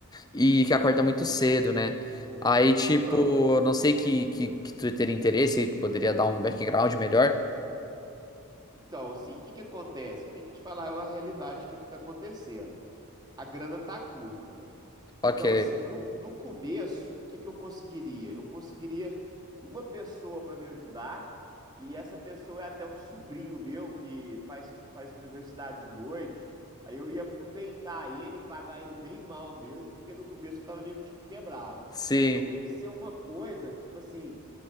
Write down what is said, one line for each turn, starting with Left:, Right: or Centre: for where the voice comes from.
Left: e que acorda muito cedo, né? Aí, tipo,
Right: Então,
Left: não sei que, que, que tu teria interesse, tu poderia dar um background melhor.
Right: então, assim, o que que acontece? Eu tenho que te falar a realidade, o que que tá acontecendo. A grana tá curta.
Left: Ok.
Right: Então, assim, no, no começo, o que que eu conseguiria? Eu conseguiria uma pessoa para me ajudar, e essa pessoa é até um sobrinho meu que faz, faz universidade de noite. Aí eu ia aproveitar ele e pagar ele bem mal mesmo, porque no começo eu tava meio que tipo quebrado.
Left: Sim.
Right: Então tem que ser uma coisa, tipo assim,